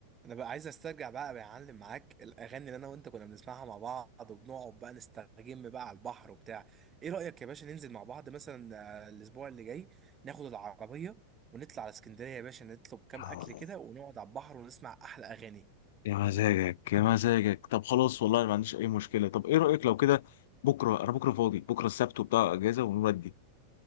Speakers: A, on the right (about 25°); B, on the left (about 55°).
A: انا بقى عايز استرجع بقى بعلم معاك الاغاني اللي انا وانت كنا بنسمعها مع بعض وبنقعد بقى نستجم بقى على البحر وبتاع ايه رايك يا باشا ننزل مع بعض مثلا آه، الاسبوع اللي جاي ناخد العربيه ونطلع على اسكندريه يا باشا نطلب كام
B: آه،
A: اكل كده ونقعد على البحر ونسمع احلى اغاني
B: يا مزاجك يا مزاجك طب خلاص والله أنا ما عنديش اي مشكله طب ايه رايك لو كده بكره انا بكره فاضي بكره السبت وبتاع اجازه ونودي